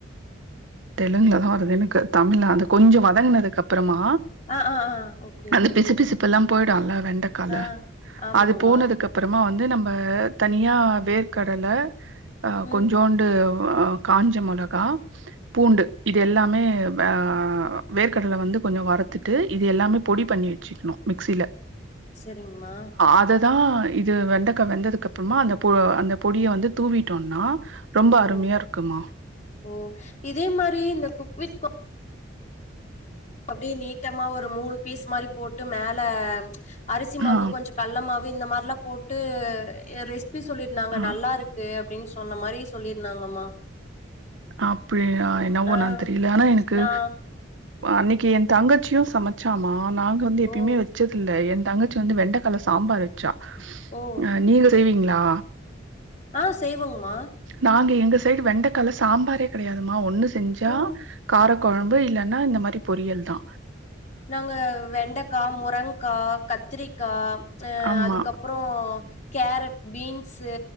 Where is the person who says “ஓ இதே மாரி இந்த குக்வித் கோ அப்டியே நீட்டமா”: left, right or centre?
Left